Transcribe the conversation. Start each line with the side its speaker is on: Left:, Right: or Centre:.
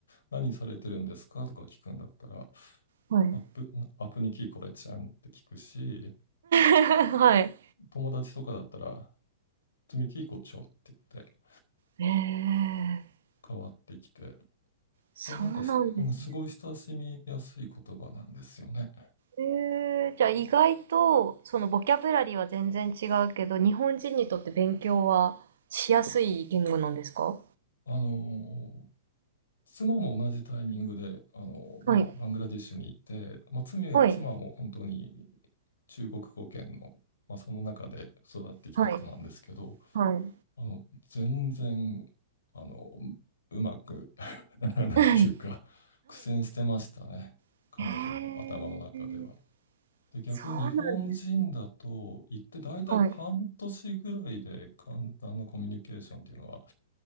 Left: 何されてるんですかとか聞くんだったら、
Right: はい。
Left: アップ、アップにキーコちゃんって聞くし、
Right: <laughs> はい。
Left: 友達とかだったら、積み木こちょって言って
Right: ええ、
Left: 変わってきて、
Right: そうなんですね。
Left: で、なんかす、すごい親しみやすい言葉なんですよね。
Right: ええ、じゃあ意外と、そのボキャブラリーは全然違うけど、日本人にとって勉強はしやすい言語なんですか
Left: あのー妻も同じタイミングで、あのまあ、
Right: はい。
Left: バングラディッシュに行って、まあ、妻や妻も本当に
Right: はい。
Left: 中国語圏の、まあ、その中で育ってきた人なんですけど、
Right: はい。はい。
Left: あの、全然、あの、うまく <laughs> ならないというか、
Right: はい。
Left: 苦戦してましたね。
Right: <laughs>
Left: 彼女の頭の中では。
Right: はい。えー
Left: で、逆に日本人だと、
Right: そうなんです。
Left: 行って大体半年ぐらいで簡単なコミュニケーションっていうのは、
Right: はい。